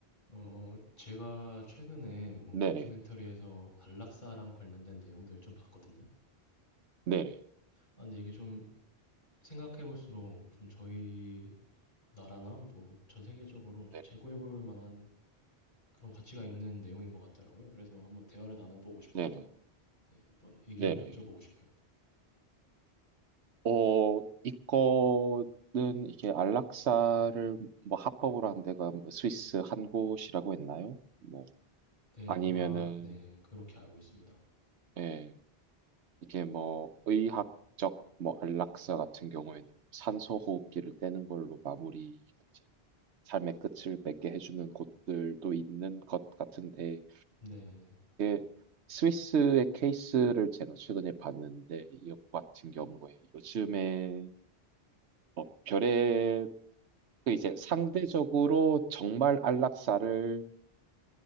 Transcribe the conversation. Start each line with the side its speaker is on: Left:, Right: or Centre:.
Left: 어 제가 최근에 뭐
Right: 네네.
Left: 다큐멘터리에서 안락사랑 관련된 내용들을 좀 봤거든요.
Right: 네네.
Left: 아 근데 이게 좀 생각해 볼수록 좀 저희 나라나 뭐 전 세계적으로 좀
Right: 네네.
Left: 재고해 볼 만한 그런 가치가 있는 내용인 것 같더라고요. 그래서 한번 대화를 나눠보고 싶어서
Right: 네네.
Left: 네 한번 의견
Right: 네네.
Left: 여쭤보고 싶어요.
Right: 어, 이거는 이게 안락사를 뭐 합법으로 한 데가 뭐 스위스 한 곳이라고 했나요? 뭐
Left: 네
Right: 아니면은
Left: 아마 네 그렇게 알고 있습니다.
Right: 예. 이게 뭐 의학적 뭐 안락사 같은 경우에는 뭐 산소호흡기를 떼는 걸로 마무리 이제 삶의 끝을 맺게 해주는 곳들도 있는 것 같은데
Left: 네네.
Right: 이게 스위스의 케이스를 제가 최근에 봤는데 이거 같은 경우에 요즘에 어, 별의 그 이제 상대적으로 정말 안락사를